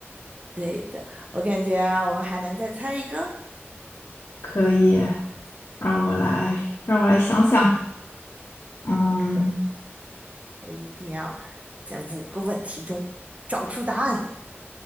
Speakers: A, on the right; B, on the left.
A: 对的，我感觉我们还能再猜一个，
B: 可以。让我来，让我来想想。嗯，
A: 可以，我一定要在五个问题中找出答案